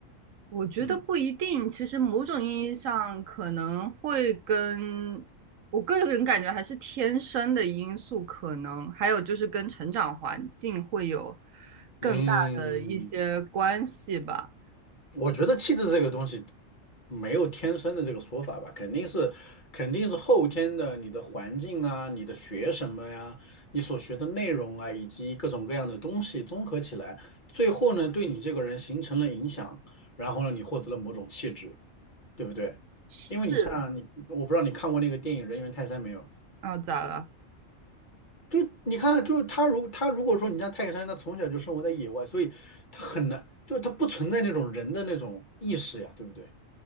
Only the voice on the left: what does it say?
嗯
嗯，我觉得气质这个东西没有天生的这个说法吧，肯定是肯定是后天的，你的环境啊，你的学什么呀，你所学的内容啊，以及各种各样的东西综合起来，最后呢，对你这个人形成了影响，然后呢，你获得了某种气质，对不对？
因为你像你，我不知道你看过那个电影《人猿泰山》没有？
就你看，就是他如他如果说你像泰山，他从小就生活在野外，所以他很难，就他不存在那种人的那种意识呀，对不对？